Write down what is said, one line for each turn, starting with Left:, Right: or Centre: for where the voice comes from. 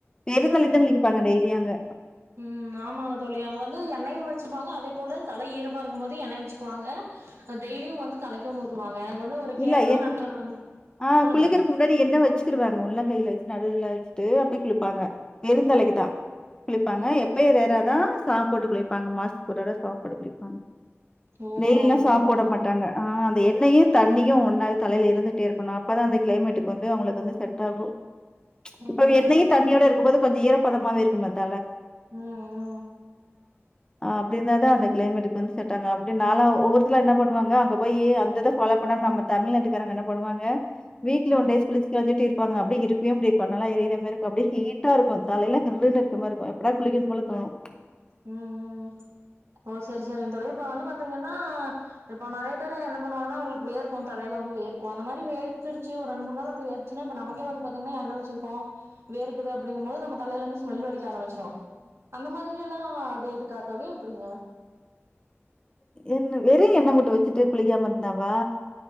Left: இப்டி தா குளிப்பாங்க டெய்லியு அங்க
Right: உம் ஆமாங்க தோழி அங்க வந்து எண்ணெய்யு வெச்சுப்பாங்க அதே போல தலை ஈரமா இருக்கும் போதும் எண்ணெய் வெச்சுக்குவாங்க டெய்லியும் வந்து தலைக்கும் ஊத்துவாங்க வந்து ஒரு
Left: இல்ல
Right: கேரளா
Left: எண்
Right: நண்பர் வந்து
Left: ஆஹ்
Right: சொல்லுங்க
Left: குளிக்கறதுக்கு முன்னாடி எண்ண வெச்சுக்குருவாங்க உள்ளங் கையில வெச்சு நடுல வெச்சுட்டு அப்டி குளி ப்பாங்க வெருந்தலைக்குதா
Right: ம்
Left: குளிப்பாங்க
Right: ம்
Left: எப்பயோ ரேரா தா சாம் போட்டு குளிப்பாங்க மாஸ்த்துக்கு ஒரு தடவ சேம்பு குளிப்பாங்க
Right: ஓ
Left: டெய்லிலாம்
Right: அப்டிங்களா
Left: சாம்ப்பு போட
Right: தோழி
Left: மாட்டாங்க ஆஹ் எண்ணையும் தண்ணியும் ஒன்னாவே தலையில இருந்துட்டே இருக்கணும் அப்பதா அந்த கிளைமேட்டுக்கு வந்து அவுங்களுக்கு வந்து செட் ஆகும்
Right: ம்
Left: இப்ப
Right: ம்
Left: எண்ணெயு தண்ணியோட எப்போது கொஞ்ச ஈரப்பதமாவே இருக்கும் மத்த
Right: ஆ ஆ
Left: ஆ அப்பிடிதான அந்த க்ளைமேட்டுக்கு வந்து இத்தன அப்பிடி நாலா ஒவ்வொருத்தரு என்ன பண்ணுவாங்க அங்க போய் அந்த இத ஃபாலோ இப்ப நம்ம தமிழ்நாட்டுக்காரங்க என்ன பண்ணுவாங்க வீக்ல
Right: ம்
Left: ஒன் டேய்ஸ் குளிச்சிட்டு <unintelligible> அப்பங்க அப்பிடி இருக்கவே முடியாது கண் எல்லா எறியர மாரி இருக்க அப்பிடி ஹீட்டா இருக்கும் தலைல்லா கிர்ன்னு இருக்கற மாறி இருக்கும் எப்படா குளிக்கின்னு போல தோணும்
Right: ம் ம் ம் ஓ சரி சரி <unintelligible> இப்ப வந்து பாத்தீங்கன்னா இப்ப நறைய பேரு என்ன பண்ணுவாங்கன்னா உங்களுக்கு வேர்க்கும் தலையில வந்து வேர்க்கும் அந்த மாரி வேர்த்துருச்சு ஒரு ரெண்டு மூணு நாள் அப்பிடி வேர்த்துச்சினா நமக்கே வந்து பாத்தீங்கன்னா எண்ண வச்சிருப்போம் வேர்க்குது அப்பிடிங்கரபோது நம்ம தலையில இருந்து ஸ்மெல் அடிக்க ஆரம்பிச்சுரும் அந்த மாதிரி இதுக்கெல்லாம் அது இருக்கா தோழி எப்பிடிங்க
Left: என் வெறும் என்ன மூட்டும் வச்சுட்டு குளிக்காம இருந்தாவா